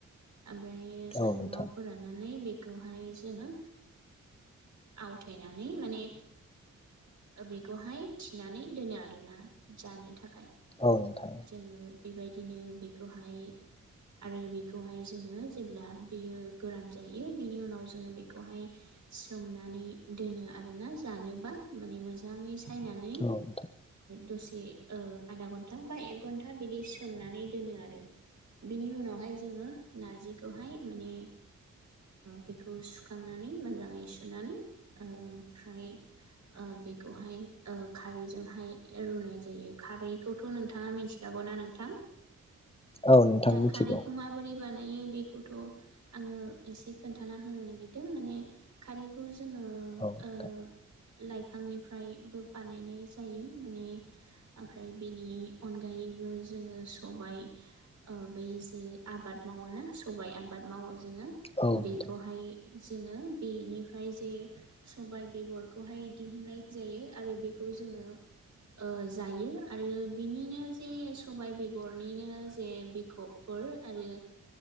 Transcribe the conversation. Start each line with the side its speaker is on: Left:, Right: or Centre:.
Right: ओमफ्रायायो
Left: औ
Right: सान्दुंयाव
Left: नोंथां
Right: फोराननानै बेखौहाय जोंङो आवथायनानै माने बेखौहाय थिनानै दोनो आरोना जानो थाखाय
Left: औ नोंथां
Right: जोङो बेबायदिनो बेखौहाय आरो बेखौहाय जोंङो जेब्ला बियो गोरान जायो बिनि उनाव जोंङो बेखौहाय सोमनानै दोनो आरोना जानोब्ला माने मोजांङै सायनानै
Left: औ नोंथां
Right: दसे आधा घन्टा घन्टा बा एक घन्टा बिदि सोमनानै दोनो आरो बिनि उनावहाय जोंङो नारजिखौहाय माने बेखौ सुखांनानै मोजाङै सुनानै ओमफ्राय बेखौहाय खारैजोंहाय रुनाय जायो। खारैखौ रैखौ नोंथाङा मिथिखागौ ना नोंथां
Left: औ नोंथां
Right: दा
Left: मिथिगौ
Right: खारैखौ माबोरै बानायो बेखौथ' आङो एसे खोनथाना होनो नायगिरदों माने खारैखौ जोङो
Left: औ नोंथां
Right: ओ लाइफांनिफ्रायबो बानायनाय जायो माने ओमफ्राय बेनि अनगायैबो जोङो सबाइ बै जे आबाद मावोना सबाय आबाद मावो जोङो
Left: औ
Right: बेखौहाय
Left: नोंथां
Right: जोङो बेनिफ्राय जे सबाइ बेगरखौहाय दिहुननाय जायो आरो। बेखौ खौ जोङो जायो। आरो बिनिनो जे सबाय बेगरनिनो जे बिखबफोर आरो